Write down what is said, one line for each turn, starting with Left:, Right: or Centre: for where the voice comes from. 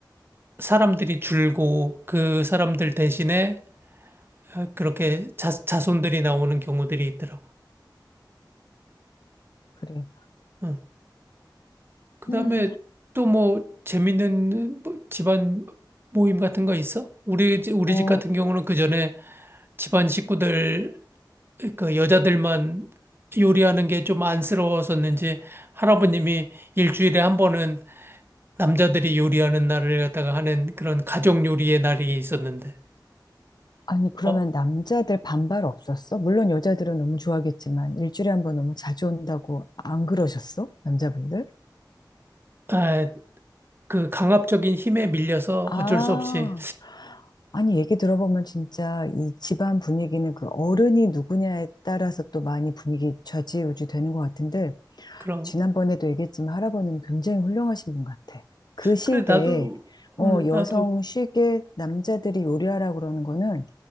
Right: 사람들이 줄고 그 사람들 대신에 어, 그렇게 자, 자손들이 나오는 경우들이 있더라고.
Left: 그래.
Right: 응. 그다음에
Left: 음,
Right: 또 뭐 재밌는 뭐 집안 모임 같은 거 있어? 우리 집- 우리
Left: 어,
Right: 집 같은 경우는 그 전에 집안 식구들 그 여자들만 요리하는 게 좀 안쓰러웠었는지 할아버님이 일주일에 한 번은 남자들이 요리하는 날을 갖다가 하는 그런 가족 요리의 날이 있었는데,
Left: 아니, 그러면
Right: 어,
Left: 남자들 반발 없었어? 물론 여자들은 너무 좋아하겠지만, 일주일에 한 번 너무 자주 온다고 안 그러셨어? 남자분들?
Right: 아, 그 강압적인 힘에 밀려서 어쩔
Left: 아,
Right: 수 없이
Left: 아니, 얘기 들어보면 진짜 이 집안 분위기는 그 어른이 누구냐에 따라서 또 많이 분위기 좌지우지 되는 것 같은데,
Right: 그런
Left: 지난번에도 얘기했지만 할아버님 굉장히 훌륭하신 분 같아. 그 시대에,
Right: 그래 나도
Left: 어,
Right: 음,
Left: 여성
Right: 나도
Left: 쉬게 남자들이 요리하라고 그러는 거는